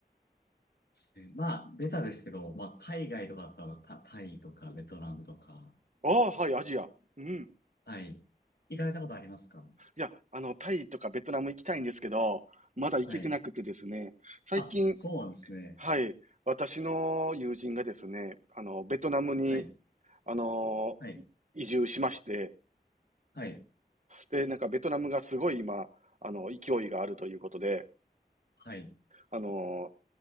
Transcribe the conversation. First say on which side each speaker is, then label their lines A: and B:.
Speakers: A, on the left; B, on the right.
A: ですねまあ、ベタですけど、まあ、海外とかだったら、タ、タイとか、ベトナムとか、
B: ああ、はい、アジア。うん。
A: はい。行かれたことありますか
B: いや、あの、タイとかベトナム行きたいんですけど、まだ行けてなくてですね、
A: はい。
B: 最近
A: あ、そうなんですね。
B: はい。私の友人がですね、あの、ベトナムに、
A: はい。
B: あの、
A: はい。
B: い移住しまして、
A: はい。
B: で、なんかベトナムがすごい今、あの、勢いがあるということで、
A: はい。
B: あの、